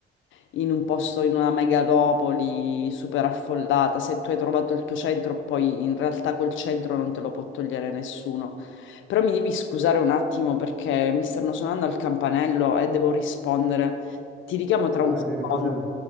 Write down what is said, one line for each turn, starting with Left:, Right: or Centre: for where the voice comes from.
Left: in un posto, in una megalopoli super affollata. Se tu hai trovato il tuo centro, poi in realtà quel centro non te lo può togliere nessuno. Però mi devi scusare un attimo perché mi stanno suonando al campanello e devo rispondere. Ti richiamo tra
Centre: Vai,
Left: un secondo.
Centre: ne riparliamo.